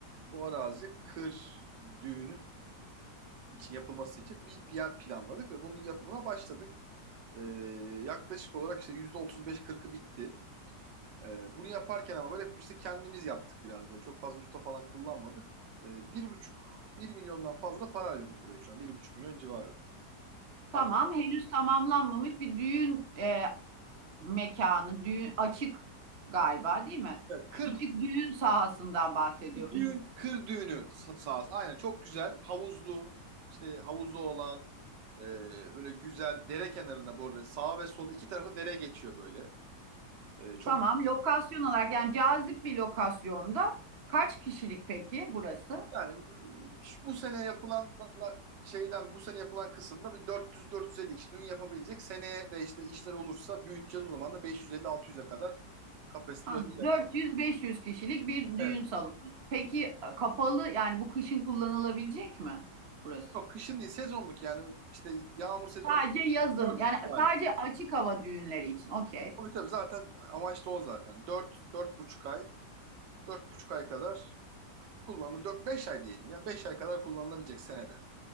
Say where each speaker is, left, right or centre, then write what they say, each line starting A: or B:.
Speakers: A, on the right; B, on the right.
A: Bu arazi kır düğünü için yapılması için bir yer planladık ve bunun yapımına başladık. Ee, yaklaşık olarak işte yüzde otuz beş, kırkı bitti. Ee, bunu yaparken ama böyle hep işte kendimiz yaptık biraz böyle. Çok fazla usta falan kullanmadık. Ee, bir buçuk, bir milyondan fazla para harcadık buraya şu an. Bir buçuk milyon civarı. Harcadık.
B: Tamam, henüz tamamlanmamış bir düğün e, mekanı, düğün açık galiba değil mi?
A: Kır
B: Açık düğün sahasından bahsediyoruz.
A: düğün, kır düğünü sa- sahası. Aynen çok güzel. Havuzlu, işte havuzu olan e, böyle güzel dere kenarında bu arada sağa ve sola iki tarafı dere geçiyor böyle. E, çok
B: Tamam, lokasyon olarak yani cazip bir lokasyonda kaç kişilik peki burası?
A: yani e, şu- bu sene yapılan şeyden bu sene yapılan kısımda bir 400-450 kişi düğün yapabilecek. Seneye de işte işler olursa büyüteceğiz o zaman da 550-600'e kadar kapasite
B: Anladım.
A: ulaşacak.
B: 400-500 kişilik bir
A: Evet.
B: düğün salonu. Peki e, kapalı yani bu kışın kullanılabilecek mi burası?
A: Yok, kışın değil sezonluk yani işte yağmur sezonu
B: Sadece yazın
A: 4
B: yani
A: ay.
B: sadece açık hava düğünleri için. Okey.
A: Tabii tabii zaten amaç da o zaten. dört dört buçuk ay, dört buçuk ay kadar kullanılır. 4-5 ay diyelim ya. beş ay kadar kullanılabilecek senede.